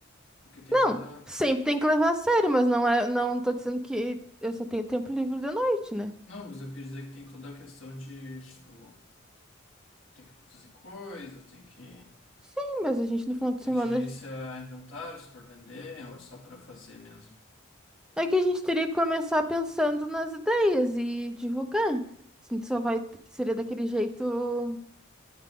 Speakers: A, on the left; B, in the centre.
A: porque tem
B: Não,
A: toda.
B: sempre tem que levar a sério, mas não é. Não tô dizendo que eu só tenho tempo livre de noite, né?
A: Não, mas eu quis dizer que tem toda a questão de, tipo, tem que produzir coisa, tem que,
B: Sim, mas a gente no final de
A: tem
B: semana.
A: que gerenciar inventário se for vender, ou é só pra fazer mesmo.
B: É que a gente teria que começar pensando nas ideias e divulgar. A gente só vai. Seria daquele jeito.